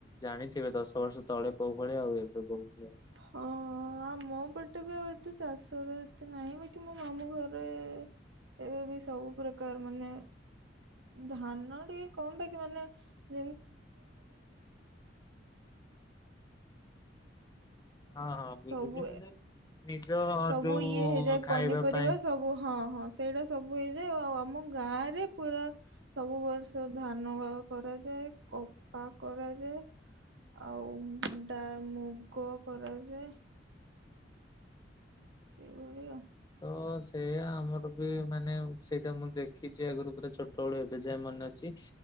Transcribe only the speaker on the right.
<inaudible> ଚାଷର ଏତେ ନାହିଁ, ବାକି ମୋ ମାମୁଁ ଘରେ ଏବେ ବି ସବୁ ପ୍ରକାର୍ ମାନେ ଧାନ ଟିକେ କମ୍, ବାକି ମାନେ <inaudible>
ସବୁ
ସବୁ
ଇଏ ହେଇଯାଏ,
ପନିପରିବା
ସବୁ ହଁ ହଁ, ସେଇଟା ସବୁ ହେଇଯାଏ। ଆଉ ଆମ ଗାଁରେ ପୁରା ସବୁ ବର୍ଷ ଧାନ କରାଯାଏ, କପା କରାଯାଏ। ଆଉ ଦା ମୁଗ କରାଯାଏ। ସେଇ ଭଳି ଆଉ।